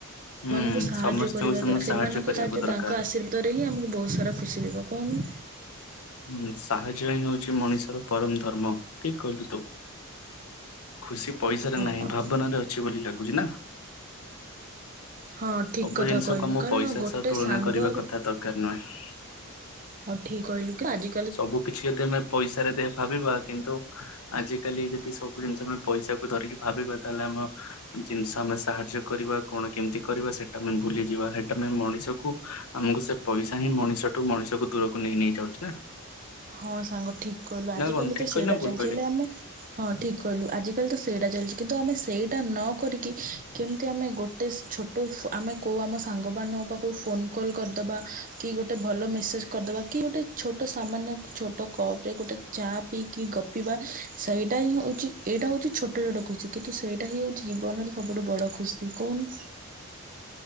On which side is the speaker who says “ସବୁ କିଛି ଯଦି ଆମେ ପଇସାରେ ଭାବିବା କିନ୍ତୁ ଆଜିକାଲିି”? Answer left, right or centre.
Left